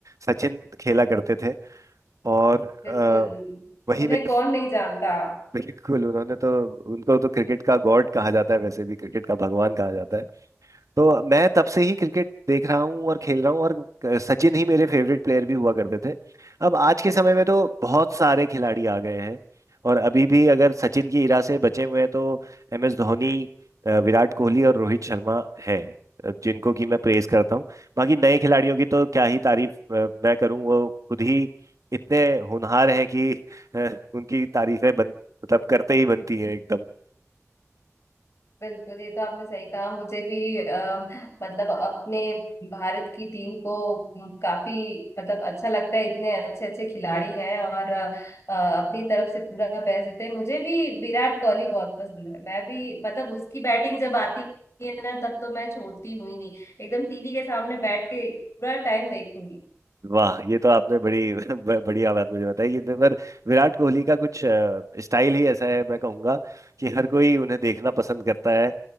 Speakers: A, on the right; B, on the left.
A: सचिन खेला करते थे और अ,
B: बिल्कुल
A: वही
B: उन्हें
A: में
B: कौन
A: <laughs>
B: नहीं जानता
A: बिल्कुल उन्होंने तो उनको तो क्रिकेट का गॉड कहा जाता है वैसे भी क्रिकेट का भगवान कहा जाता है तो मैं तब से ही क्रिकेट देख रहा हूँ और खेल रहा हूँ और क- सचिन ही मेरे फेवरेट प्लेयर भी हुआ करते थे अब आज के समय में तो बहुत सारे खिलाड़ी आ गए हैं और अभी भी अगर सचिन की इरा से बचे हुए हैं तो एम एस धोनी अ, विराट कोहली और रोहित शर्मा हैं अ, जिनको कि मैं प्रेज करता हूँ बाकी नए खिलाड़ियों की तो क्या ही तारीफ अ, मैं करूँ वो खुद ही इतने होनहार हैं कि अ, उनकी तारीफें बन मतलब करते ही बनती हैं एकदम
B: बिल्कुल ये तो आपने सही कहा मुझे भी अ, मतलब अपने भारत की टीम को म, काफी मतलब अच्छा लगता है इतने अच्छे अच्छे खिलाड़ी हैं और अ, अ, अपनी तरफ से पूरा बेस्ट देते हैं मुझे भी विराट कोहली बहुत पसंद है मैं भी मतलब उसकी बैटिंग जब आती है ना तब तो मैं छोड़ती हुई नहीं एकदम टीवी के सामने बैठ के पूरा टाइम देखूंगी
A: वाह ये तो आपने बड़ी <laughs> ब- बढ़िया बात मुझे बताई ये तो पर विराट कोहली का कुछ अ, स्टाइल ही ऐसा है मैं कहूँगा कि हर कोई उन्हें देखना पसंद करता है